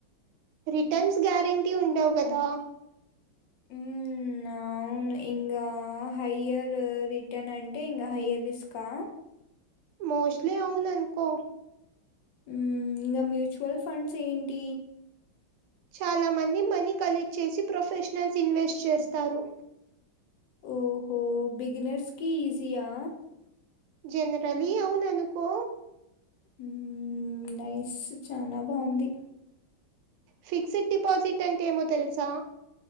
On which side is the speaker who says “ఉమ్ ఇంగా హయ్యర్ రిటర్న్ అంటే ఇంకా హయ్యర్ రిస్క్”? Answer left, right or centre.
Left